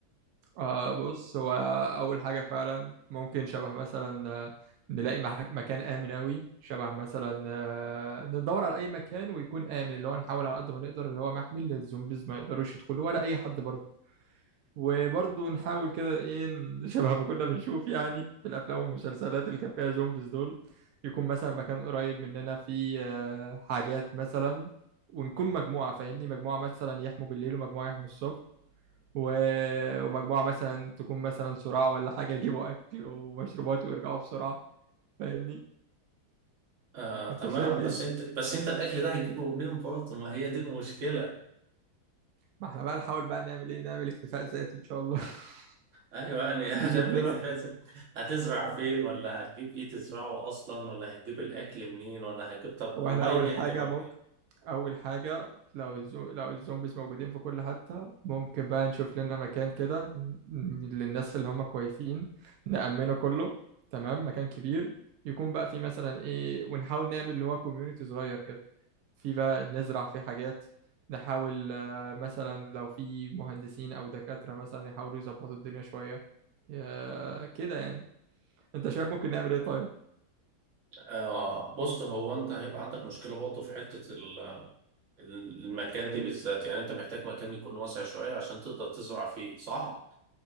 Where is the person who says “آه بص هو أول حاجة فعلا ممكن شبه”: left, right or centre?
Right